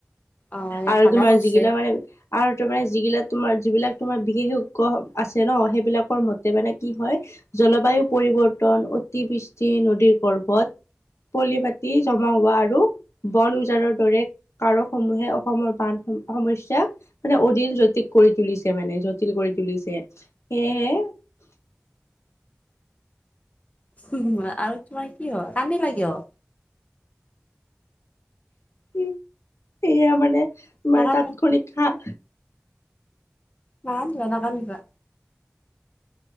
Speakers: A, on the left; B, on the left.
A: অ এই
B: আৰু
A: ভালে
B: তোমাৰ,
A: কৰিছে
B: যিগিলা মানে আৰু তোমাৰ যিগিলাক, তোমাৰ যিবিলাক তোমাৰ, বিশেষজ্ঞ আছে ন, সেইবিলাকৰ মতে মানে কি হয় জলবায়ু পৰিৱৰ্তন, অতিবৃষ্টি, নদীৰ গৰ্ভত পলি মাটি, জমা হোৱা আৰু বন উজাৰৰ দৰে কাৰকসমূহে, অসমৰ বান সমস্যা মানে, অদীল জটিল কৰি তুলিছে, মানে জটিল কৰি তুলিছে। সেয়েহে
A: আৰু তোমাৰ কি হয়, কান্দিলা কিয়?
B: সেয়া মানে, তোমাৰ
A: নাকান্দিবা
B: তাতখনিক সা
A: নাকান্দিবা, নাকান্দিবা।